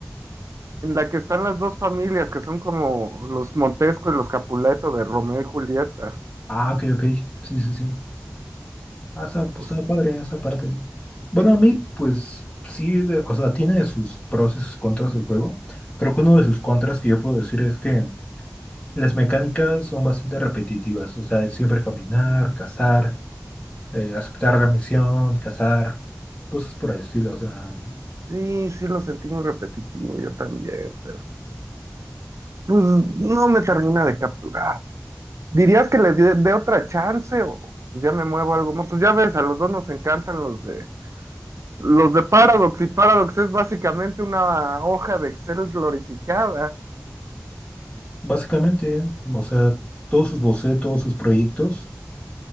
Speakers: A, on the right; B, on the left.
A: en la que están las dos familias, que son como los Montesco y los Capuleto de Romeo y Julieta.
B: Ah, ok, ok. Sí, sí, sí. Ah, está, pues,
A: Pues,
B: está padre esa parte. Bueno, a mí pues sí, de- o sea, tiene sus pros y sus contras del juego. Creo que uno de sus contras que yo puedo decir es que las mecánicas son bastante repetitivas. O sea, es siempre caminar, cazar. eh, aceptar la misión, cazar, cosas por el estilo. O sea,
A: sí, sí lo sentí muy repetitivo, yo también, pero pues no me termina de capturar. ¿Dirías que le dé dé otra chance o pues ya me muevo a algo más? Pues ya ves, a los dos nos encantan los de los de Paradox y Paradox es básicamente una hoja de Excel glorificada.
B: básicamente, o sea, todos sus bocetos, sus proyectos,